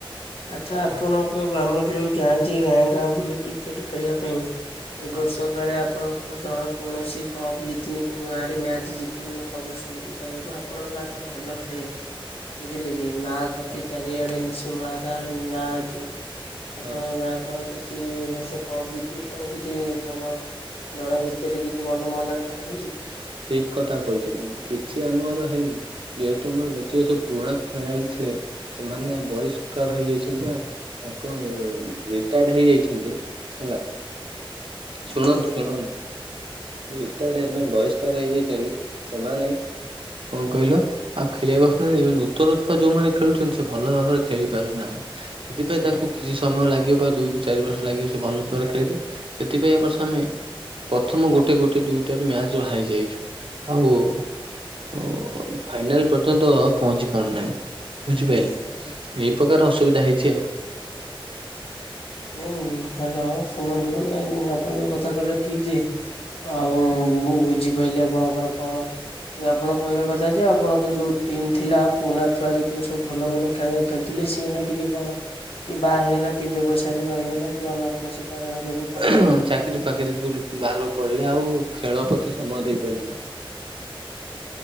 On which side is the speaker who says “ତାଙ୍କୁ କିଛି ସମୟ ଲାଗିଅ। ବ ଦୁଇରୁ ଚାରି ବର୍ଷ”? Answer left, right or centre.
Right